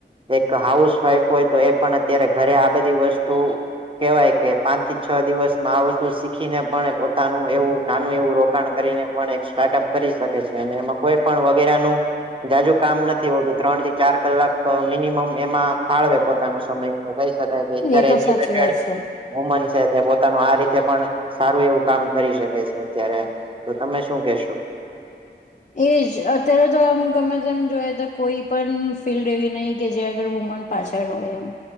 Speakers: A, on the right; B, on the left.
A: એક હાઉસ વાઈફ હોય તો એ પણ અત્યારે ઘરે આ બધી વસ્તુ કેવાય કે પાંચ થી છ દિવસમાં આ વસ્તુ શીખીને પણ પોતાનું એવું નાનું એવું રો રોકાણ કરીને પણ એક સ્ટાર્ટઅપ કરી શકે છે અને એમાં કોઈ પણ વગેરેનું જાજુ કામ નથી હોતું ત્રણ થી ચાર કલાક તો મિનિમમ એમાં ફાળવે પોતાનો સમય તો કહી શકાય કે અત્યારે
B: એ તો
A: એજ્યુકેટેડ
B: સાચી વાત છે
A: વોમન છે તે પોતાનું આ રીતે પણ સારું એવું કામ કરી શકે છે અત્યારે તો તમે શું કેશો
B: એજ અત્યારે તો આમ ગમે તેમ જોઈ તો કોઈ પણ ફિલ્ડ એવી નહીં કે જ્યાં આગળ વુમન પાછળ હોય એમ